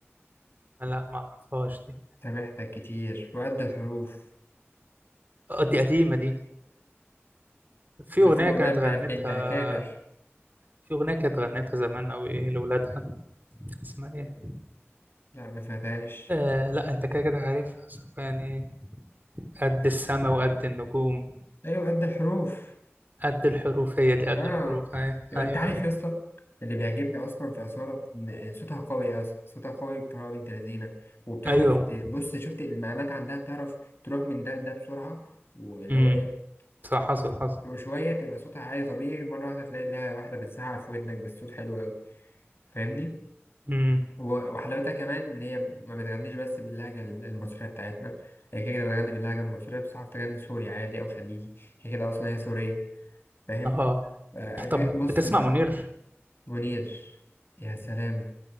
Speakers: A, on the right; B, on the left.
A: لا ما أعرفهاش دي
B: سامحتك كتير وقد الحروف
A: آه، دي قديمة دي في
B: شفت
A: أغنية
B: الأغنية
A: كانت
B: بتاع
A: غنتها
B: بنت أكابر
A: في أغنية كانت غنتها زمان أوي إيه لولادها اسمها إيه
B: لا ما سمعتهاش
A: آه لا أنت كده كده عارفها ثواني قد السما وقد النجوم
B: أيوة قد الحروف
A: قد الحروف هي دي قد
B: آه
A: الحروف أيوه
B: يبقى
A: أيوه
B: أنت عارف يا اسطى اللي بيعجبني أصلا في أصالة إن صوتها قوي أصلا صوتها قوي بطريقة بنت لذينة وبتعرف
A: أيوه
B: ت- بص شفت المقامات عندها بتعرف تروح من ده لده بسرعة واللي
A: امم
B: هو إيه
A: صح حصل حصل
B: وشوية تبقى صوتها عالي طبيعي مرة واحدة تلاقي لها واحدة بتزعق في ودنك بالصوت حلو أوي فاهمني؟
A: امم
B: و- وحلاوتها كمان ان هي ما بتغنيش بس باللهجه ال- المصريه بتاعتنا هي كده كده بتغني باللهجه المصريه بس عارف تغني سوري عادي او خليجي هي كده اصلا هي سوريه فاهم
A: أه
B: آه، ج-
A: طب
B: بص
A: بتسمع
B: بقى
A: منير؟
B: منير يا سلام